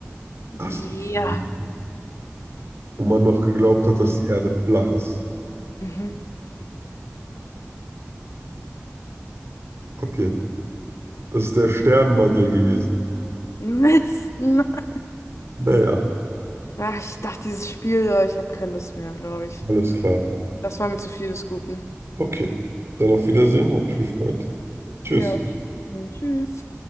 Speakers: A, on the left; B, on the right.
A: Ja.
B: Asteroidengürtel. Wo man noch geglaubt hat, dass die Erde flach ist.
A: Mhm. <laughs>
B: Okay, das ist der Sternmantel gewesen.
A: Mist. nein.
B: Naja,
A: Ach, ich dachte, dieses Spiel da, ich habe keine Lust mehr, glaube ich.
B: alles klar.
A: Das war mir zu viel des Guten.
B: Okay, dann auf Wiedersehen, hat mich gefreut. Tschüss.
A: Ja, auf jeden Tschüss.